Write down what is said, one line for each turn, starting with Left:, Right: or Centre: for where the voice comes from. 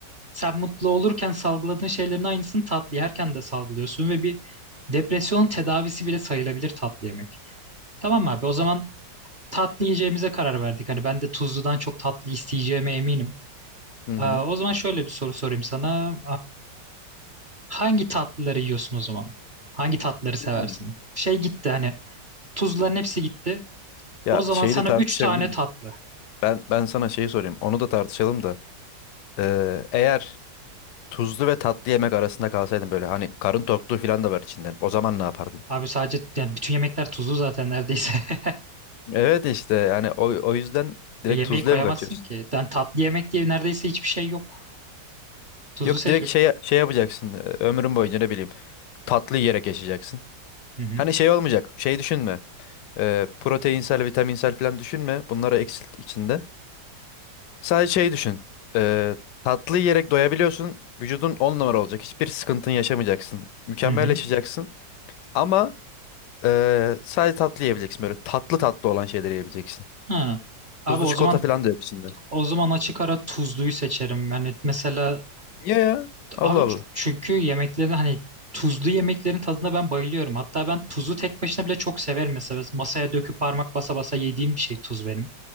Right: sen mutlu olurken salgıladığın şeylerin aynısını tatlı yerken de salgılıyorsun ve bir depresyon tedavisi bile sayılabilir tatlı yemek. Tamam abi o zaman tatlı yiyeceğimize karar verdik. Hani ben de tuzludan çok tatlı isteyeceğime eminim.
Left: Hı hı.
Right: Aa, O zaman şöyle bir soru sorayım sana. Hangi tatlıları yiyorsun o zaman? Hangi tatlıları seversin?
Left: Hmm.
Right: Şey gitti hani tuzların hepsi gitti.
Left: Ya
Right: O zaman
Left: şeyi
Right: sana
Left: de tartışabilirdik.
Right: 3 tane tatlı.
Left: Ben ben sana şeyi sorayım. Onu da tartışalım da. Ee, eğer tuzlu ve tatlı yemek arasında kalsaydın böyle hani karın tokluğu falan da var içinden. O zaman ne yapardın?
Right: Abi sadece yani bütün yemekler tuzlu zaten neredeyse. <laughs>
Left: Evet işte yani o, o yüzden direkt
Right: Yemeği
Left: tuzluya
Right: koyamazsın
Left: mı kaçıyorsun?
Right: ki. Yani tatlı yemek diye neredeyse hiçbir şey yok. Tuzlu
Left: Yok
Right: seçmek.
Left: direkt şey şey yapacaksın e, ömrün boyunca ne bileyim tatlı yiyerek yaşayacaksın.
Right: Hı hı.
Left: Hani şey olmayacak şey düşünme e, proteinsel vitaminsel falan düşünme bunları eksilt içinde. Sadece şey düşün e, tatlı yiyerek doyabiliyorsun vücudun 10 numara olacak hiçbir sıkıntın yaşamayacaksın mükemmel
Right: Hı hı.
Left: yaşayacaksın ama e, sadece tatlı yiyebileceksin böyle tatlı tatlı olan şeyleri yiyebileceksin.
Right: Ha. Abi
Left: Tuzlu
Right: o
Left: çikolata
Right: zaman
Left: falan da yok içinde.
Right: o zaman açık ara tuzluyu seçerim. Yani mesela
Left: Niye ya?
Right: Abi
Left: Allah
Right: ç-
Left: Allah.
Right: çünkü yemeklerin hani tuzlu yemeklerin tadına ben bayılıyorum. Hatta ben tuzu tek başına bile çok severim mesela. Masaya döküp parmak basa basa yediğim bir şey tuz benim.